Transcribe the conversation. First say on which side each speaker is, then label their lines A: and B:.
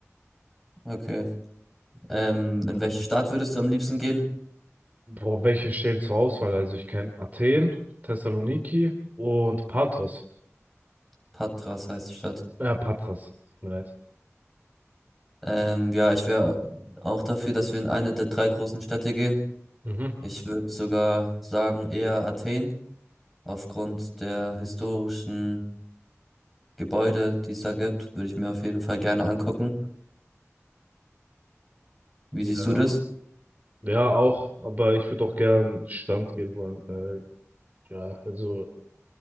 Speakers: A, in the centre; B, on the right.
A: Okay. Ähm,
B: Äh,
A: in welche Stadt würdest du am liebsten gehen?
B: Boah, welche stehen zur Auswahl? Also, ich kenne Athen, Thessaloniki und Pathos.
A: Patras heißt die Stadt.
B: Ja, Pathos. Tut mir leid.
A: Ähm, ja, ich wäre auch dafür, dass wir in eine der drei großen Städte gehen.
B: Mhm.
A: Ich würde sogar sagen, eher Athen. Aufgrund der historischen Gebäude, die es da gibt, würde ich mir auf jeden Fall gerne angucken. Wie
B: Ja,
A: siehst du das?
B: ja, auch, aber ich würde auch gern Strand gehen wollen, weil, ja, also